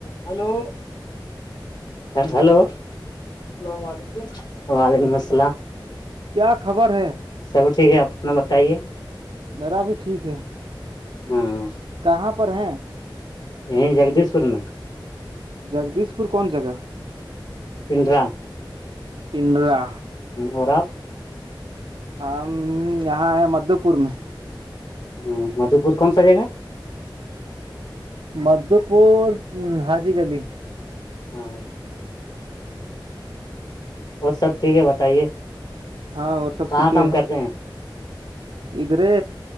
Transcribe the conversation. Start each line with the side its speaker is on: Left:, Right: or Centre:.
Left: hello ہ hello السلام علیکم وعلیکم السلام
Right: کیا خبر ہے
Left: سب ٹھیک ہے اپنا بتائیے
Right: میرا بھی ٹھیک ہے
Left: ہاں ہ
Right: کہاں پر ہیں
Left: یہ جگدیش پور میں
Right: جگدیش پور کون جگہ
Left: پنڈرا
Right: پنڈرا
Left: اور
Right: ہم یہاں ہے مدھو پور میں
Left: ہ مدھو پور کون سا جگہ
Right: مدو پور ہاجی گلی
Left: ہاں اور سب ٹھیک ہے بتائیے
Right: ہاں اور سب
Left: کہاں
Right: ٹھیک ہے
Left: کام کرتے ہیں
Right: ادھرے